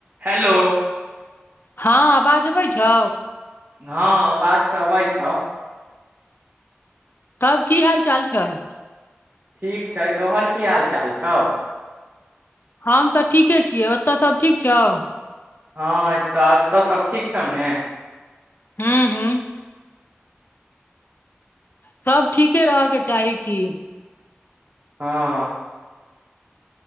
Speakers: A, on the right; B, on the left.
A: Hello.
B: हँ आवाज अबैय छौ।
A: हँ आवाज त अबैय छौ।
B: तब की हाल चाल छैय।
A: ठीक छैय तोहर की हाल चाल छौ।
B: हम त ठीके छियै ओतऽ सभ ठीक छौ।
A: हँ एतऽ एतऽ सब ठीक छौ ने।
B: हूँ हूँ। सब ठीके रहऽके चाही की।
A: हँ।